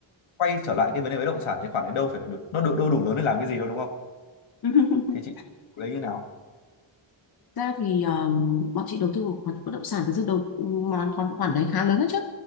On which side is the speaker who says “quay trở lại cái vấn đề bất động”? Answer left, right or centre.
Left